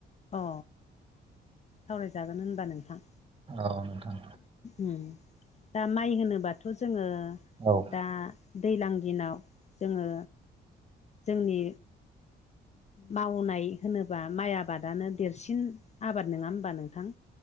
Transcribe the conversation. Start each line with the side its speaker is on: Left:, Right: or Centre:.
Left: अ सावरायजागोन होनबा नोंथां।
Right: औ नोंथां।
Left: उम दा माइ होनोबाथ' जोङो
Right: औ
Left: दा दैलां दिनाव जोङो जोंनि मावनाय होनोबा माइ आबादानो देरसिन आबाद नङा होमबा नोंथां?